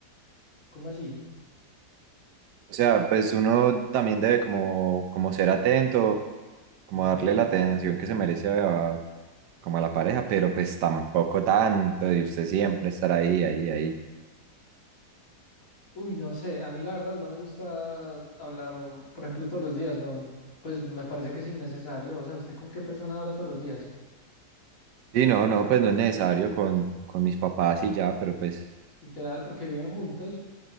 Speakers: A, on the left; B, on the right.
A: ¿Cómo así?
B: O sea, pues uno también debe como, como ser atento, como darle la atención que se merece a, como a la pareja, pero pues tampoco tanto, y usted siempre estar ahí, ahí, ahí.
A: Uy, no sé, a mí la verdad no me gusta hablar, por ejemplo, todos los días, no, pues me parece que es innecesario. O sea, ¿usted con qué persona habla todos los días?
B: Sí, no, no, pues no es necesario con, con mis papás y ya, pero pues
A: Literal, porque viven juntos.